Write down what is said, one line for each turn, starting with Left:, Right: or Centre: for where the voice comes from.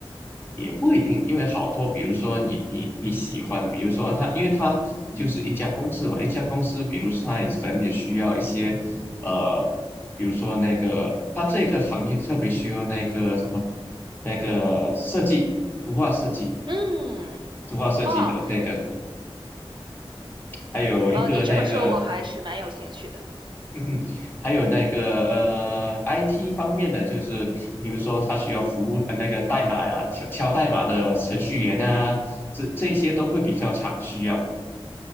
Left: 也不一定，因为好多，比如说你你你喜欢的比如说他，因为他就是一家公司嘛，一家公司，比如说他也可能也需要一些，呃，比如说那个他这个行业特别需要那个什么，那个设计，图画设计，
Right: 嗯，
Left: 图画设计的那个，
Right: 哦，
Left: 还有一个那个，
Right: 呃，你这么说我还是蛮有兴趣的。
Left: <laughs> 还有那个呃，IT 方面的，就是比如说他需要服务呃那个代码呀、敲敲代码的程序员啊，这这些都会比较常需要。